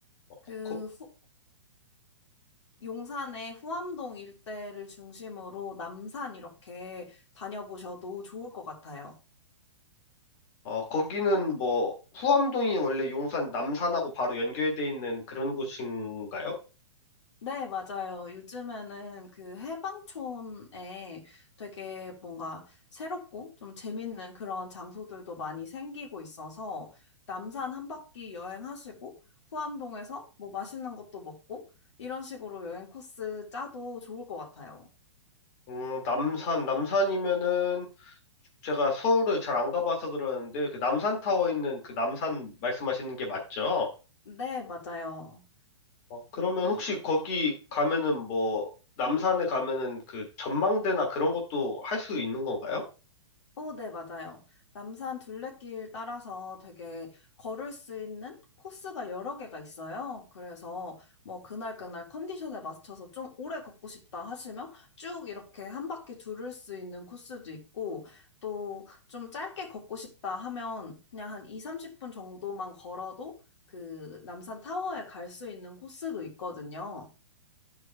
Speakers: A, on the left; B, on the left.
A: 어,
B: 그,
A: 거,
B: 후, 용산의 후암동 일대를 중심으로 남산 이렇게 다녀보셔도 좋을 것 같아요.
A: 어, 거기는 뭐, 후암동이 원래 용산 남산하고 바로 연결돼 있는 그런 곳인가요?
B: 네, 맞아요. 요즘에는 그 해방촌에 되게 뭔가 새롭고 좀 재밌는 그런 장소들도 많이 생기고 있어서 남산 한 바퀴 여행하시고 후암동에서 뭐 맛있는 것도 먹고 이런 식으로 여행 코스 짜도 좋을 것 같아요.
A: 음, 남산, 남산이면은 제가 서울을 잘 안 가봐서 그러는데, 그 남산타워 있는 그 남산 말씀하시는 게 맞죠?
B: 네, 맞아요.
A: 어, 그러면
B: 그
A: 혹시 거기 가면은 뭐, 남산에 가면은 그 전망대나 그런 것도 할 수 있는 건가요?
B: 어, 네, 맞아요. 남산 둘레길 따라서 되게 걸을 수 있는 코스가 여러 개가 있어요. 그래서 뭐 그날 그날 컨디션에 맞춰서 좀 오래 걷고 싶다 하시면 쭉 이렇게 한 바퀴 두를 수 있는 코스도 있고 또 좀 짧게 걷고 싶다 하면 그냥 한 2, 30분 정도만 걸어도 그 남산 타워에 갈 수 있는 코스도 있거든요.